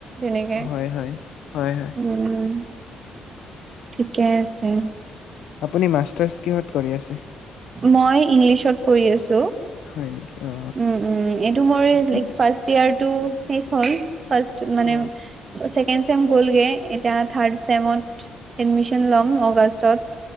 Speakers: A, on the right; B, on the left.
A: তেনেকে,
B: হয় হয় হয় হয়
A: উম! ঠিকে আছে। <unintelligible>
B: আপুনি মাষ্টাৰচ কিহত কৰি আছে? <inaudible>
A: মই ইংলিছত কৰি আছোঁ। উম,
B: হয় নেকি অ
A: উম, এইটো মই
B: ঠিকে।
A: লাইক ফাৰ্ষ্টয়েৰ টো শেষ হ'ল। ৰ্ফাষ্ট মানে
B: অ
A: ছেকেণ্ড চেম গ'লগে, এতিয়া ৰ্থাড চেমত এডমিচন ল'ম আগষ্টত।